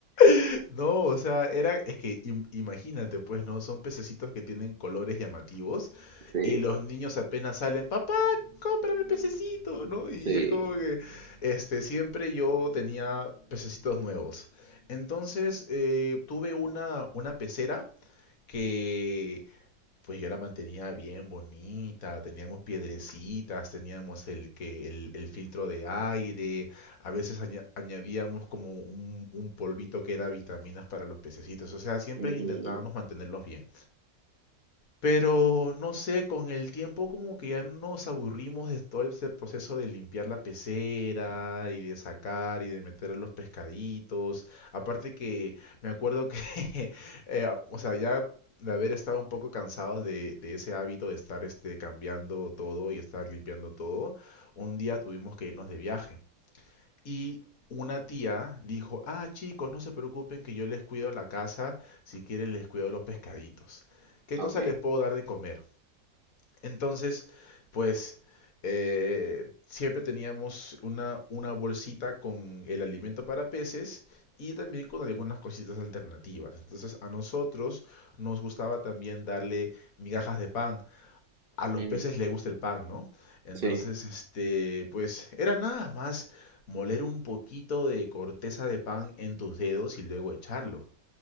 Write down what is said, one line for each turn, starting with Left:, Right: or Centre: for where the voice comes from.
Left: <laughs> No, o sea, era, es que im- imagínate, pues, ¿no? Son pececitos que tienen colores llamativos
Right: Sí,
Left: y los niños apenas salen, papá, cómprame pececito, ¿no? Y
Right: sí.
Left: es como que, este, siempre yo tenía pececitos nuevos. Entonces, eh, tuve una, una pecera que pues yo la mantenía bien bonita, teníamos piedrecitas, teníamos el que el, el filtro de aire, a veces aña- añadíamos como un, un polvito que era vitaminas para los pececitos, o sea, siempre
Right: Ujú,
Left: intentábamos mantenerlos bien. Pero no sé, con el tiempo como que ya nos aburrimos de todo ese proceso de limpiar la pecera y de sacar y de meter a los pescaditos. Aparte que me acuerdo que, <laughs> eh, a- o sea, ya de haber estado un poco cansados de, de ese hábito de estar este, cambiando todo y estar limpiando todo, un día tuvimos que irnos de viaje. Y una tía dijo, ah, chicos, no se preocupen que yo les cuido la casa, si quieren les cuido los pescaditos. ¿Qué
Right: Ok.
Left: cosa les puedo dar de comer? Entonces, pues eh, siempre teníamos una, una bolsita con el alimento para peces y también con algunas cositas alternativas. Entonces a nosotros nos gustaba también darle migajas de pan a los
Right: Ujú,
Left: peces le gusta el pan, ¿no? Entonces,
Right: Sí.
Left: este, pues era nada más moler un poquito de corteza de pan en tus dedos y luego echarlo.